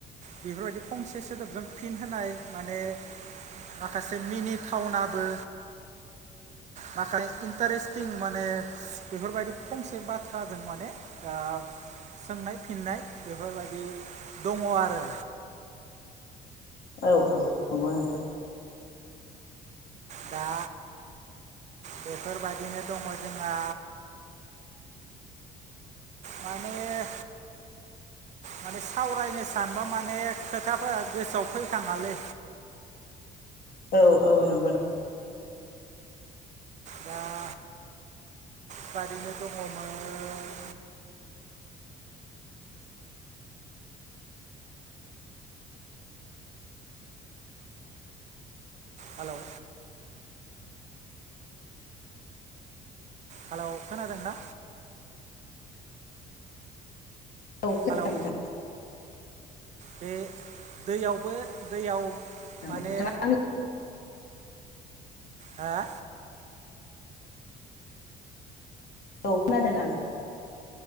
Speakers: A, on the right (about 45°); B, on the left (about 60°).
A: बेफोरबायदि फंसे सोदोबजों फिन होनाय माने माखासे मिनिथावनाबो माखासे इन्टारेस्टिं माने बेफोरबायदि फंसे बाथ्राजों माने ओ सोंनाय फिननाय बेफोरबायदि दङ आरो
B: औ औ नंगौ नोंथां
A: दा बेफोरबायदिनो दङ जोंहा माने माने सावरायनो सानबा माने खोथाफोरा गोसोआव फैखाङालै
B: औ औ नंगौ
A: दा बादिनो दङमोन हेलौ हेलौ खोनादों ना
B: औ खोनादों
A: हेलौ
B: नोंथां
A: बे दैयावबो दैयाव माने
B: नोंथाङा आंनि
A: हा
B: औ खोनादों आं